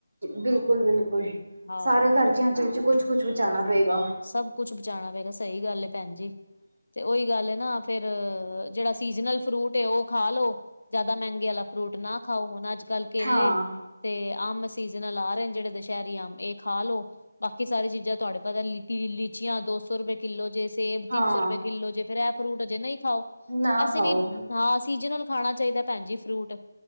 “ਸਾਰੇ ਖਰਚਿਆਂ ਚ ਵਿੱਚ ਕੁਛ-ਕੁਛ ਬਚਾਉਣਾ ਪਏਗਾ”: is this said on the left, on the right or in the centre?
Right